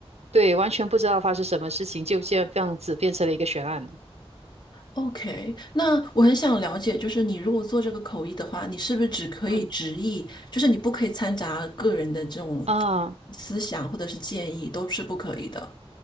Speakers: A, on the right; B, on the left.
A: 对，完全不知道发生什么事情，就这样这样子变成了一个悬案。
B: OK，那我很想了解，就是你如果做这个口译的话，你是不是只可以直译？
A: 嗯
B: 就是你不可以掺杂个人的这种
A: 啊。
B: 思想或者是建议，都是不可以的。